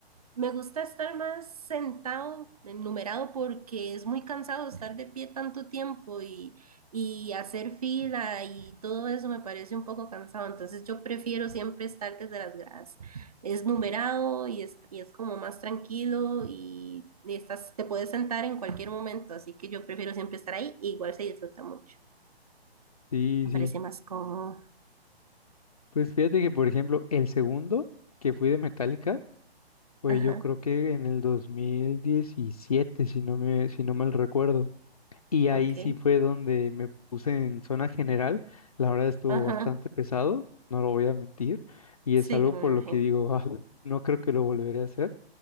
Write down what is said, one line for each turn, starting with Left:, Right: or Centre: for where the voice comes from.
Right: Me gusta estar más sentado, enumerado, porque es muy cansado estar de pie tanto tiempo y, y hacer fila y todo eso me parece un poco cansado. Entonces yo prefiero siempre estar desde las gradas. Es numerado y es, y es como más tranquilo y, y estás, te puedes sentar en cualquier momento. Así que yo prefiero siempre estar ahí. y igual se disfruta mucho.
Left: Sí,
Right: Me
Left: sí.
Right: parece más cómodo.
Left: Pues fíjate que, por ejemplo, el segundo que fui de Metallica fue
Right: Ajá,
Left: yo creo que en el 2017 si no me, si no mal recuerdo. Y ahí
Right: ok.
Left: sí fue donde me puse en zona general. La verdad estuvo
Right: Ajá,
Left: bastante pesado, no lo voy a mentir. Y
Right: sí,
Left: es algo
Right: que me
Left: por
Right: imagino.
Left: lo que digo, <laughs> "Ah, no creo que lo volveré a hacer,